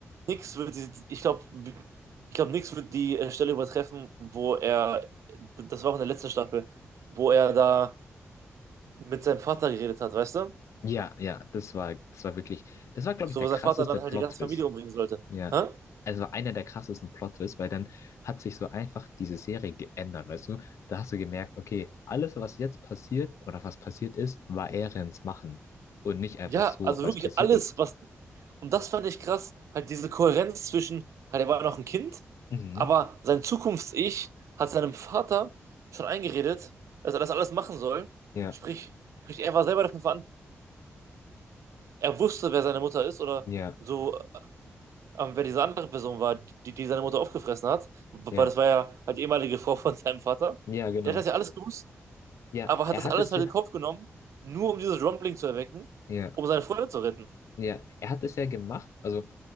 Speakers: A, on the right; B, on the left.
A: nix wird die, ich glaube, ich glaube, nix wird die äh, Stelle übertreffen, wo er, das war auch in der letzten Staffel, wo er da mit seinem Vater geredet hat, weißt du?
B: Ja, ja, das war, das war wirklich, das war, glaube
A: So,
B: ich, der
A: wo
B: krasseste
A: sein Vater dann
B: Plot-Twist.
A: halt die ganze Familie umbringen sollte.
B: Ja.
A: Hä?
B: Also war einer der krassesten Plot-Twists, weil dann hat sich so einfach diese Serie geändert, weißt du? Da hast du gemerkt, okay, alles, was jetzt passiert oder was passiert ist, war Erens Machen. Und nicht einfach
A: Ja,
B: so,
A: also
B: weil
A: wirklich
B: es passiert
A: alles,
B: ist.
A: was Und das fand ich krass, halt diese Kohärenz zwischen, halt er war noch ein Kind,
B: Mhm.
A: aber sein Zukunfts-Ich hat seinem Vater schon eingeredet, dass er das alles machen soll.
B: Ja,
A: Sprich, sprich, er war selber dafür verantwortlich, er wusste, wer seine Mutter ist oder
B: ja,
A: so, ähm, wer diese andere Person war, die, die seine Mutter aufgefressen hat, weil
B: ja.
A: das war ja halt die ehemalige Frau von seinem Vater.
B: Ja, genau.
A: Der hat das ja alles gewusst,
B: Ja,
A: aber hat
B: er
A: das
B: hat
A: alles
B: es
A: halt
B: ja.
A: in den Kopf genommen, nur um dieses Rumbling zu erwecken,
B: ja.
A: um seine Freunde zu retten.
B: Ja, er hat es ja gemacht. Also